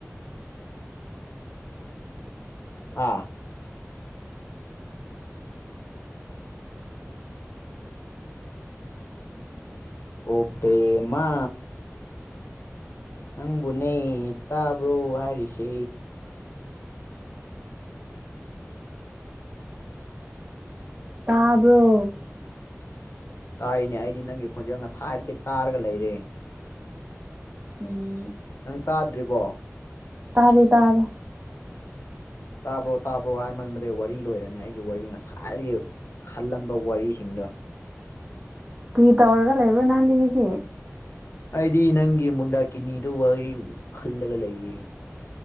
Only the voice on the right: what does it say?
ꯇꯥꯕ꯭ꯔꯣ
ꯎꯝ
ꯇꯥꯔꯦ ꯇꯥꯔꯦ
ꯀꯔꯤꯇꯧꯔꯒꯥ ꯂꯩꯕ꯭ꯔꯥ ꯅꯪꯗꯤ ꯉꯁꯤ